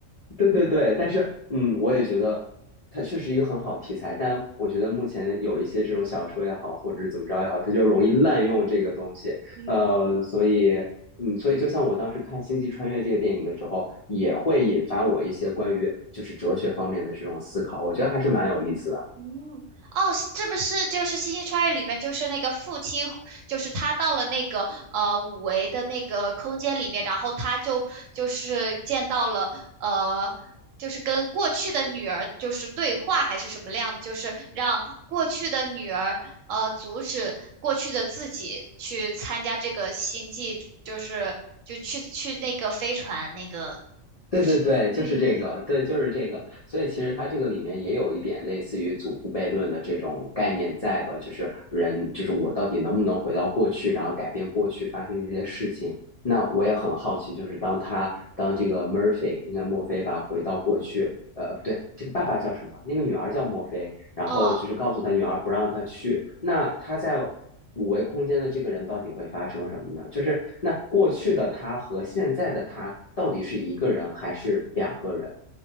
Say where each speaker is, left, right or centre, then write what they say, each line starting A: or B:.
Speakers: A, on the left; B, on the right.
A: 对对对，但是嗯，我也觉得它确实一个很好题材，但我觉得目前有一些这种小说也好，或者怎么着也好，它就容易滥用这个东西。
B: 嗯。
A: 呃，所以嗯，所以就像我当时看《星际穿越》这个电影的时候，也会引发我一些关于就是哲学方面的这种思考，我觉得还是蛮有意思的。
B: 嗯，哦，是不是就是《星际穿越》里面就是那个父亲，就是他到了那个呃五维的那个空间里面，然后他就就是见到了呃，就是跟过去的女儿就是对话还是什么样的，就是让过去的女儿呃阻止过去的自己去参加这个星际，就是就去去那个飞船那个
A: 对对对，
B: 就是嗯。
A: 就是这个，对，就是这个。所以其实它这个里面也有一点类似于祖父悖论的这种概念在吧？就是人，就是我到底能不能回到过去，然后改变过去发生这些事情？那我也很好奇，就是当他当这个 Murphy，应该墨菲吧，回到过去，呃，不对，这个爸爸叫什么？那个女儿叫墨菲，然后就是告诉他女儿不让他去。
B: 哦，
A: 那他在五维空间的这个人到底会发生什么呢？就是那过去的他和现在的他到底是一个人还是两个人？